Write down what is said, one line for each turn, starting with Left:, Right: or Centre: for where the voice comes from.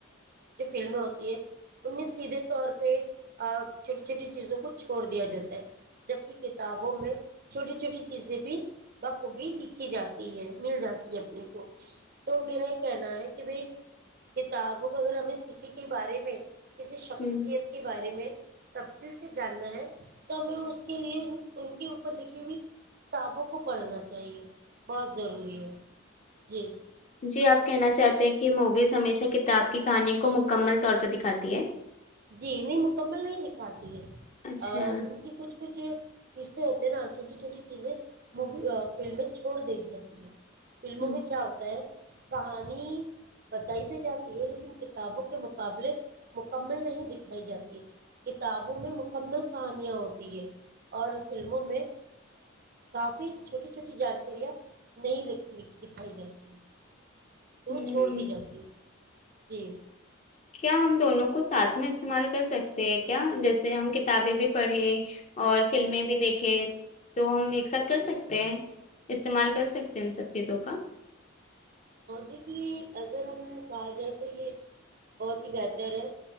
Right: جو فلمیں ہوتی ہے ان میں سیدھے طور پہ چھوٹی چھوٹی چیزوں کو چھوڑ دیا جاتا ہے جبک کتابوں میں چھوٹی چھوٹی چیزیں بھی ب کب لکھی جات مل جاتی ہے اپنے کو تو میرا یہ کہنا ہے کہ بھائی کتابوں کو اگر ہمیں کسی کے بارے میں کسی شخصیت
Left: ہ ہ
Right: کے بارے میں تفصیل سے جاننا ہے تو ہمیں اس کے لیے ان کے اوپر لکھی ہوئی کتابوں کو پڑھنا چاہیے بہت ضروری ہے جی
Left: جی آپ کہنا چاہتے کی موویز ہمیشہ کتاب کی کہانی کو مکمل طور پر دکھاتی ہے
Right: جی نہیں مکمل نہیں دکھاتی ہے
Left: اچھا
Right: ان کی کچھ کچھ حصے ہوتے ہیں نا چھوٹی چھوٹی چیزیں می فلمیں چھوڑ د دی جاتی ہے فلموں
Left: ہوں
Right: میں کیا ہوتا ہے کہانی بتائی تو جاتی ہے لیکن کتابوں کے مقابلے م مل نہیں دکھائی جاتی کتابوں میں مکمل کہانیاں ہوتی ہیں اور فلموں میں کافی چھوٹی چھوٹی جانکاریاں نہیں دکھائی جاتی ہیں تو
Left: ہوں
Right: وہ چھوڑ دی جاتی ہے اس کو جی
Left: کیا ہم دونوں کو ساتھ میں استعمال کر سکتے ہیں کیا جیسے ہم کتابیں بھی پڑھیں اور فلمیں بھی دیکھیں تو ہم ایک ساتھ کر سکتے ہیں استعمال کر سکتے ہیں ان سب چیزوں کا
Right: دیکھیے اگر ہم کہا جائے تو یہ بہت ہی بہتر ہے